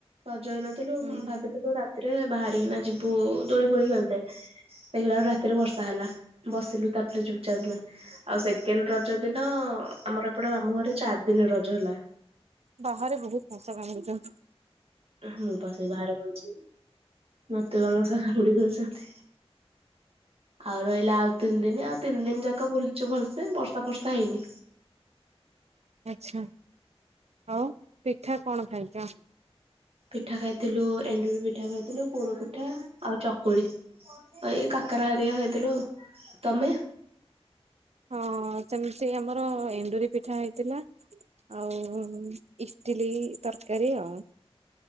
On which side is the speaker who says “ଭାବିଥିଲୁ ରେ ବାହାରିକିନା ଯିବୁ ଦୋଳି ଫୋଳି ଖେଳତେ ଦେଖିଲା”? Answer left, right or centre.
Right